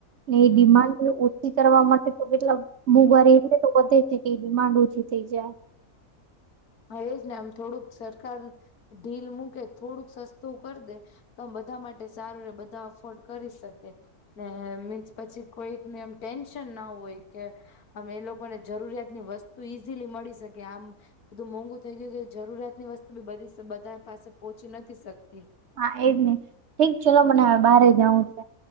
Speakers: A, on the right (about 60°); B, on the left (about 85°).
A: ને એ ડિમાન્ડ ઓછી કરવા માટે તો કેટલા મોંઘવારી એટલે તો બધે કે તે ડિમાન્ડ ઓછી થઈ જાય.
B: હ એજ ને આમ થોડુંક સરકાર ઢીલ મૂકે થોડુંક સસ્તું કરી દે, તો આમ બધા માટે સારું રેય બધા અફોર્ડ કરી શકે. ને મીન્સ પછી કોઈકને એમ ટેન્શન ના હોય કે હવે એ લોકોને જરૂરિયાત ની વસ્તુ ઈઝીલી મળી શકે આમ બધું મોંઘુ થઈ ગયું કે જરૂરિયાત ની વસ્તુ બી બધી બધા પાસે પહોંચી નથી શકતી.
A: હા એજ નહી ઠીક ચલો મને હવે બહાર જાઉં,